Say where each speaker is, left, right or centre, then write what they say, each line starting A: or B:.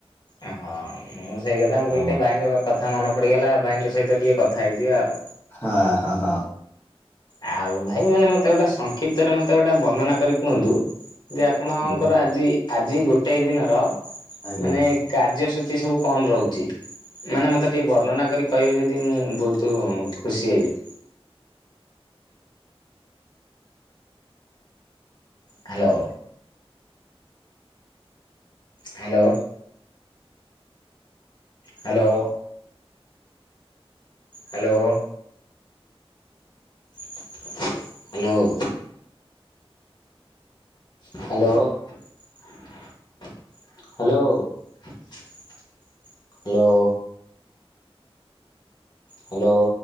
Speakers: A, on the left (about 45°); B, on the left (about 20°).
A: ଆ ହାଏ। ମୁଁ ସେଇ କଥା ମୁଁ
B: ହଁ
A: କହିଲି ଟିକେ ଭାଇଙ୍କ କଥା ମନେ ପଡିଗଲା ଭାଇଙ୍କ ସହିତ ଟିକେ କଥା ହେଇଯିବା ଆଉ।
B: ହାଁ ହଁ ହଁ।
A: ଆଉ ଭାଇ ମାନେ ମତେ ଗୋଟେ ସଂକ୍ଷିପ୍ତରେ ମତେ ଗୋଟେ ବର୍ଣନା କରି କୁହନ୍ତୁ ଯେ ଆପ ଣଙ୍କର
B: ଆଜ୍ଞା
A: ଆଜି ଆଜି ଗୋଟାଏ ଦିନର
B: ଆଜ୍ଞା
A: ମାନେ କାର୍ଯ୍ୟସୂଚୀ ସବୁ କଣ ରହୁଛି? ମାନେ ମତେ ଟିକେ ବର୍ଣ୍ଣନା କରି କହିବେ ଯଦି ମୁଁ ବହୁତୁ ଖୁସି ହେବି। Hello. Hello. Hello. Hello. Hello. Hello. Hello hello. Hello.